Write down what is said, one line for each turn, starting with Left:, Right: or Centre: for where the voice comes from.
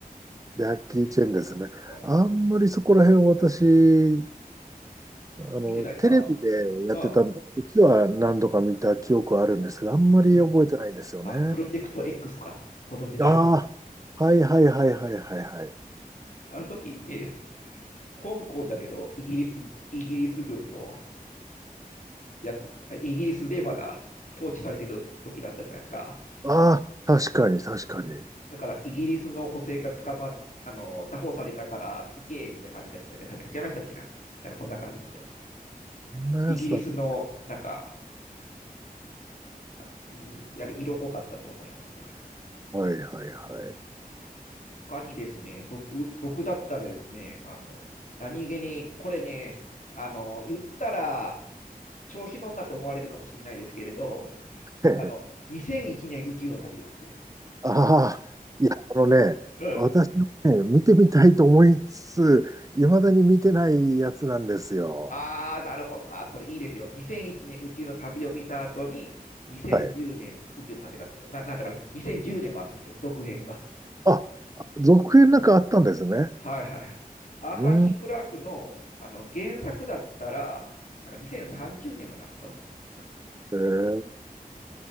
Right: ジャッキー・チェンですね。
Left: <laughs>
Right: あんまりそこら辺私、
Left: あ
Right: あの、
Left: 見てないですか
Right: テレビでやってた時は何度か見た記憶はあるんですけど、
Left: うん。
Right: あんまり覚えてないんですよね。
Left: うんあ、プロジェクト X か、ご存じない。
Right: ああ、はいはいはいはいはいはい。
Left: あの時ね、香港だけど、イギリス、イギリス軍のやつ、あイギリスでまだ統治されてる時だったじゃないですか。
Right: ああ、確かに確かに。
Left: うん。だから、イギリスの補選が捕まっ、あの、拿捕されたから行け、みたいな感じでしたよね。確か違いましたっけな。なんかそんな感じでした。
Right: そんなやつだった。
Left: イギリスの、なんか、あうんやる色濃かったと思います。
Right: はいはいはい。
Left: うん他にですね、僕、僕だったらですね、あの、何気に、これね、あの、言ったら、調子乗んなって思われるかもしれないですけれど、
Right: <laughs>
Left: あの、2001年宇宙の旅とか好きです。
Right: ああ、いや、あのね、
Left: うん。
Right: 私もね、見てみたいと思いつつ、いまだに見てないやつなんですよ。
Left: ああ、なるほど。あー、それいいですよ。2001年宇宙の旅を見た後に、2010年宇宙の旅から、
Right: はい。
Left: な、なんだから、2010年もあるんですよ、続編が。
Right: あ、続編なんかあったんですね。
Left: はいはいはい。アーサー・
Right: うん。
Left: シー・クラークの、あの原作だったら、なんか2030年まであるのかな。うん
Right: えー、